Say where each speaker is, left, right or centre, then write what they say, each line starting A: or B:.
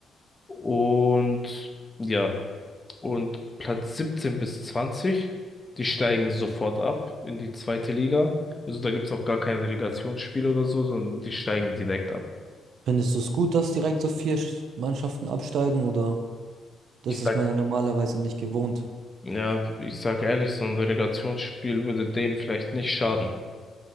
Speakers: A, on the left; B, on the right.
A: Und ja. Und Platz 17 bis 20, die steigen sofort ab in die zweite Liga. Also da gibt's auch gar kein Relegationsspiel oder so, sondern die steigen direkt ab.
B: Findest du es gut, dass direkt so vier Sch- Mannschaften absteigen oder? Das
A: Ich sag,
B: ist man ja normalerweise nicht gewohnt.
A: ja, ich sag ehrlich, so ein Relegationsspiel würde denen vielleicht nicht schaden.